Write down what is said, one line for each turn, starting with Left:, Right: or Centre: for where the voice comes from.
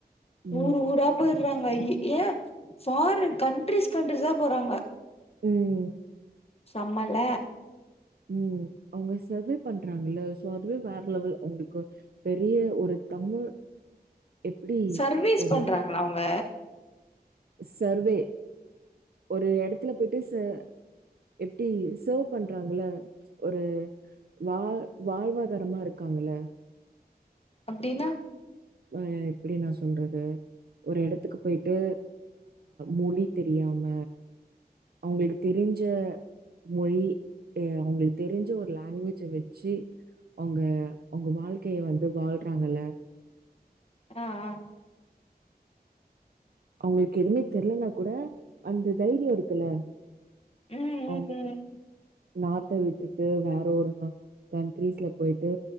Right: ம்.
Left: ஊரு ஊரா போயிரு குரோவ் மாய் ஏன் ஃபாரின் கண்ட்ரிஸ் கண்ட்ரிஸ் தான் போறாங்க
Right: ம்
Left: செம்மல
Right: ம் அவுங்க செர்வே பண்றாங்கல்ல சோ அதுவே வேற லெவல் அவுங்களுக்கு பெரிய ஒரு தமிழ் எப்படி
Left: சர்வீஸ்
Right: ஒரு
Left: பண்றாங்களா அவுங்க
Right: சர்வே ஒரு இடத்துல போயிட்டு எப்டி சர்வ் பண்றாங்கள ஒரு வாழ் வாழ்வாதாரமா இருக்காங்கள
Left: அப்டின்னா
Right: ஆஹ் எப்டி நான் சொல்றது ஒரு இடத்துக்கு போயிட்டு மொழி தெரியாம அவங்களுக்கு தெரிஞ்ச மொழி அஹ் அவங்களுக்கு தெரிஞ்ச ஒரு லாங்குவேஜ வச்சு அவுங்க அவுங்க வாழ்க்கைய வந்து வாழ்றாங்கல்ல
Left: ஆஹ் ஆஹ்
Right: அவுங்களுக்கு எதுவுமே தெரிலனா கூட அந்த தைரியம் இருக்குல்ல
Left: ம் ம்
Right: அவுங்க
Left: ம்
Right: நாட்டை விட் விட்டு வேற ஒரு கண்ட்ரிஸ்ல போயிட்டு